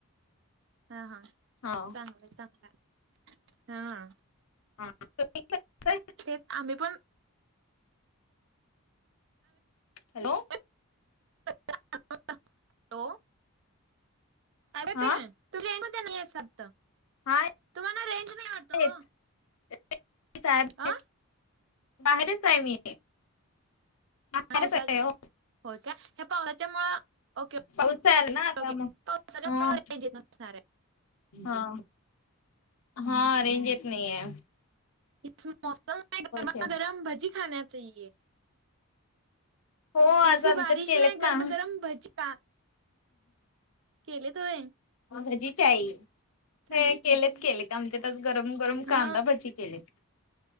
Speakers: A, on the right (about 55°); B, on the left (about 75°).
A: हा हा
B: हो
A: चांगलंय चांगलाय,, हां
B: हा <unintelligible>
A: तेच आम्ही पण
B: हॅलो.
A: हॅलो आवाज एतोय
B: हा
A: काय? तुम्ही रेंजमध्ये नाहीये असं वाटतं
B: हा
A: तुम्हाला रेंज नाही वाटत. ओ.
B: <unintelligible>
A: अ
B: बाहेरच आहे मी. बाहेरच
A: पावसाळ्यात
B: आहे हो.
A: होय काय हे. <unintelligible> त्याच्यामुळ ओके
B: पाऊस आला ना आता
A: ओके
B: मग
A: पावसाच्या
B: हा
A: <unintelligible> रेंज नसनारे.
B: हा हा रेंज
A: हम्म.
B: येत नाही आहे.
A: इस मौसम मे गरमा
B: की
A: गरम भजी खाना चाहीए.
B: हो आज
A: ऐसी
B: आमच्यात
A: बारिश
B: केलेत
A: में गरमा
B: ना.
A: गरम भजी का केलेत व्हय.
B: भजी चाई
A: चांगले
B: हे केलेत
A: की
B: केलेत आमच्यात आज गरम वरून
A: हा
B: कांदाभची केलेत